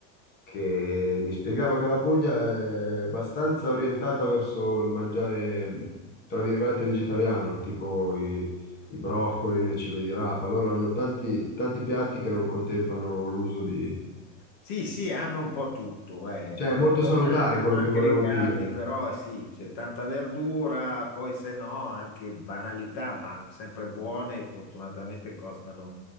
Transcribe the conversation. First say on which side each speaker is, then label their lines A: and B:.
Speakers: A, on the left; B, on the left.
A: che mi spiegava che la Puglia è abbastanza orientata verso il mangiare, mh, tra virgolette, vegetariano, tipo i, i broccoli, le cime di rapa. Loro hanno tanti, tanti piatti che non contemplano l'uso di...
B: Sì, sì, hanno un po' tutto, eh,
A: Cioè
B: molti
A: è molto
B: formaggi,
A: salutare
B: hanno
A: quello
B: anche
A: che volevo
B: le carni,
A: dire.
B: però sì, c'è tanta verdura, poi se no anche banalità, ma sempre buone, fortunatamente costano,